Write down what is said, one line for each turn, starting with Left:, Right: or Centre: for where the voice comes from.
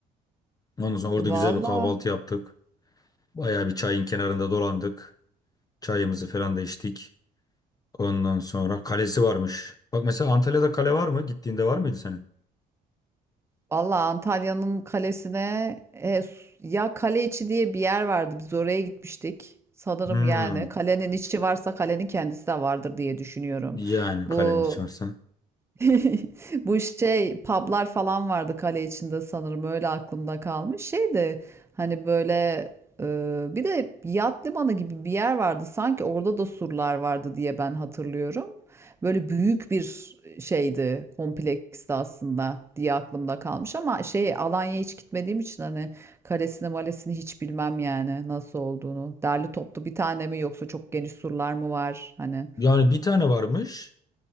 Left: Ondan sonra orada güzel
Right: Valla,
Left: bir kahvaltı yaptık. Bayağı bir çayın kenarında dolandık. Çayımızı falan da içtik. Ondan sonra kalesi varmış. Bak mesela Antalya'da kale var mı? Gittiğinde var mıydı senin?
Right: valla Antalya'nın kalesine e, s- ya kale içi diye bir yer vardı. Biz oraya gitmiştik. Sanırım
Left: Hmm.
Right: yani kalenin içi varsa kalenin kendisi de vardır diye düşünüyorum.
Left: Yani kalenin
Right: Bu
Left: içersen.
Right: <laughs> Bu şey publar falan vardı kale içinde sanırım öyle aklımda kalmış. Şey de hani böyle e, bir de yat limanı gibi bir yer vardı. Sanki orada da surlar vardı diye ben hatırlıyorum. Böyle büyük bir şeydi, kompleksti aslında diye aklımda kalmış ama şey Alanya'ya hiç gitmediğim için hani kalesini malesini hiç bilmem yani nasıl olduğunu. Derli toplu bir tane mi yoksa çok geniş surlar mı var? Hani
Left: Yani bir tane varmış.